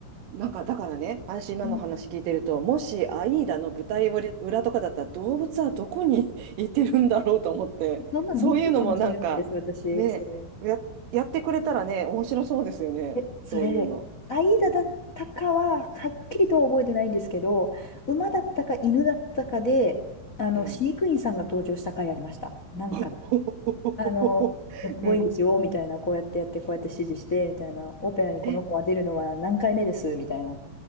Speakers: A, on the right (about 90°); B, on the left (about 80°).
A: なんかだからね、私今の話聞いてると、
B: うん
A: もしアイーダの舞台裏とかだったら動物はどこに <laughs> いてるんだろうと思って、
B: そんなの見たかもしれないです、
A: そういうのもなんかね、
B: 私。それ。
A: や、やってくれたらね、面白そうですよね、
B: え、
A: そういうの。
B: それ、アイダだったかは、
A: うん、
B: はっきりとは覚えてないんですけど、馬だったか犬だったかで、
A: うん、
B: あの、
A: うん。
B: 飼育員さんが登場した回ありました。なんか、
A: <laughs>
B: あの、かっこいいんですよ、
A: うん。
B: みたいな、こうやってやって、こうやって指示して、みたいな、オペラにこの子は出るのは何回目です、
A: え、
B: みたいな、